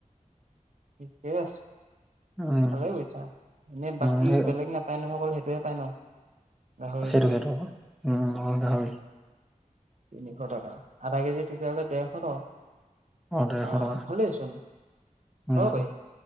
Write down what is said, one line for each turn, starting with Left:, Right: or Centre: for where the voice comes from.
Right: থিকে আছে
Centre: উম
Right: ভালে কৰিছে। এনে বাকী
Centre: উম এই
Right: বেলেগ নেপায় নহয় অকল সেই টোহে পায় ন? গাহৰিটো
Centre: সেইটো সেইটো আকল উম অকল গাহৰি।
Right: তিনিশ টকা। আধা কেজি তেতিয়াহ'লে ডেৰশ টকা
Centre: অ ডেৰশ
Right: আ
Centre: টকা
Right: ভালেইচোন। খাব
Centre: উম,
Right: পাৰি